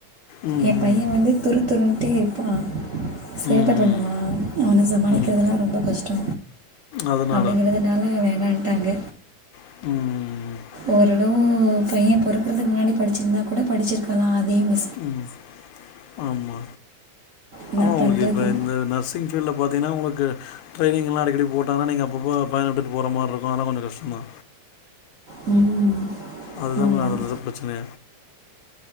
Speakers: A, on the left (about 80°); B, on the right (about 60°).
A: ம்,
B: என் பையன்
A: ம்.
B: வந்து துருத்துருன்ட்டே இருப்பான் சேட்ட
A: ம்,
B: பண்ணுவான்
A: ம்.
B: அவன சமாளிக்குறதுலா
A: ம்.
B: ரொம்ப கஷ்டோ
A: அதனால.
B: அப்டிங்குறதுனால வேணான்ட்டாங்க
A: ம் ம் ம்
B: ஓரளவு பையன் பொறக்கறதுக் முன்னாடி படிச்சிருந்தா கூட படிச்சிருக்கலா அதே மே
A: ம் ஆமா
B: என்ன
A: ஆமா உங்ளுக்கு
B: பண்ணுறது
A: இப்ப இந்த நர்ஸ் சிங் ஃபீல்ட்ல பாத்திங்ன்னா உங்ளுக்கு ட்ரைன்னிங் எல்லா அடிக்கடி போட்டங்ன்னா நீ அப்ப அப்போ பயன விட்டு போற மார்ருக்கும் ஆனா கொஞ்சோ கஷ்ட்டந் தா
B: ம்
A: அதுதா
B: ஆமாம்
A: மா அது அங்கதா ப்ரச்சன